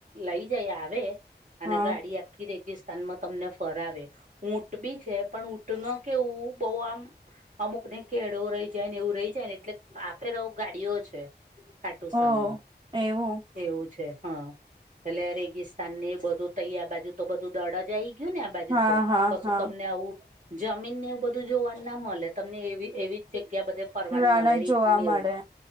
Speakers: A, on the right; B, on the right.
A: લઈ જાય આવે, અને
B: હા
A: ગાડી આખી રેગિસ્તાનમાં તમને ફરાવે, ઊટ બી છે, પણ ઊટનું કેવું બહુ આમ, અમુક ને કેળવો રહી જાય ને એવું રહી જાય ને એટલે આ ફેર ગાડીઓ છે. ખાટુંશ્યમમાં
B: ઓ એવું
A: એવું છે હા, એટલે રેગિસ્તાન ને બધું તૈ આબાજુ તો બધું દળ જ આયી. ગ્યું ને આ બાજુ
B: હા
A: તો
B: હા
A: કશું
B: હા
A: તમને આવું, જમીન ને એવું બધું જોવાનું ના મલે તમને એવી એવી જગ્યા બધે પરવાન
B: રણ
A: મલે
B: જ
A: રેતું
B: જોવા
A: એવુ,
B: મળે